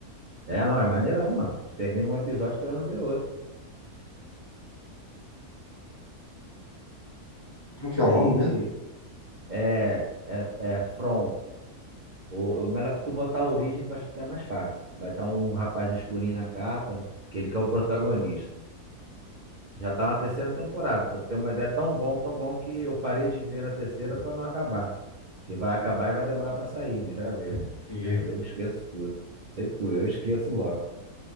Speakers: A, on the right; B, on the left.
A: É, não, é maneirão, mano. Tu termina um episódio querendo ver outro.
B: Como que
A: Aí
B: é o nome mesmo?
A: é, é, é From. Ou, ou melhor, se tu botar a origem, tu acha até mais fácil. Vai estar um rapaz escurinho na capa, que ele que é o protagonista. Já tá na terceira temporada, pra tu ter uma ideia, é tão bom, tão bom que eu parei de ver na terceira pra não acabar. Porque vai acabar e vai demorar pra sair, né? Já viu, né?
B: Entendi.
A: Aí eu esqueço tudo. Sei tu, eu esqueço logo.